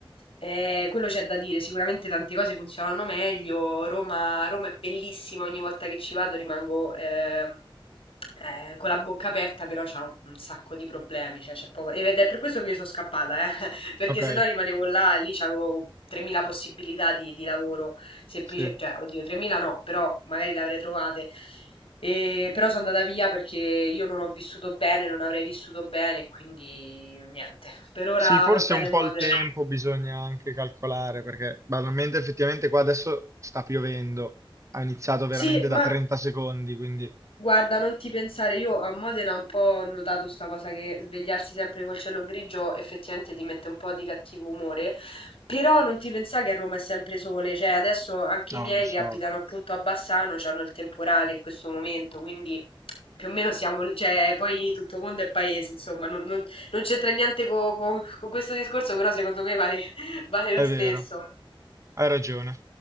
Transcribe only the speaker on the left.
eh, quello c'è da dire, sicuramente tante cose funzionano meglio, Roma, Roma è bellissima, ogni volta che ci vado rimango ehm, eh, con la bocca aperta, però c'ha un, un sacco di problemi, cioè c'è poco... ed è per questo che io sono scappata, eh, <laughs> perché
se no rimanevo là, lì c'avevo 3.000 possibilità di, di lavoro semplice,
cioè oddio 3.000 no, però magari le avrei trovate. E- però sono andata via perché io non ho vissuto bene, non avrei vissuto bene, quindi niente. Per ora
va bene
Modena.
Sì, ma
Guarda, non ti pensare, io a Modena un po' ho notato sta cosa che svegliarsi sempre col cielo grigio effettivamente ti mette un po' di cattivo umore, però non ti pensare che a Roma è sempre sole, cioè adesso anche
i miei
che abitano appunto a Bassano hanno il temporale in questo momento, quindi più o meno siamo, cioè poi tutto mondo è paese, insomma, non, non- non c'entra niente co- co- con questo discorso, però secondo me vale, <laughs> vale
lo stesso.